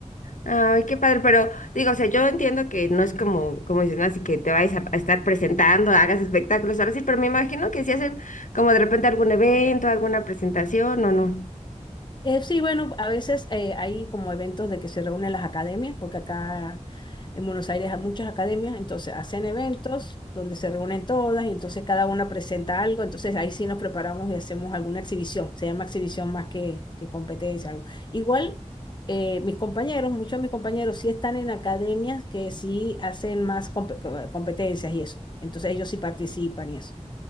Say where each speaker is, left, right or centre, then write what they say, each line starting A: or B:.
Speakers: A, on the left (about 90°); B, on the left (about 35°).
A: Ay, qué padre, pero digo, o sea, yo entiendo que no es como, como dices, ¿no? Así que te vayas a, a estar presentando, hagas espectáculos, ahora sí, pero me imagino que si hacen como de repente algún evento, alguna presentación o no.
B: Eh, sí, bueno, a veces eh, hay como eventos de que se reúnen las academias, porque acá en Buenos Aires hay muchas academias, entonces hacen eventos donde se reúnen todas y entonces cada una presenta algo, entonces ahí sí nos preparamos y hacemos alguna exhibición, se llama exhibición más que, que competencia, algo. Igual, eh, mis compañeros, muchos de mis compañeros sí están en academias que sí hacen más compe- co- competencias y eso, entonces ellos sí participan y eso.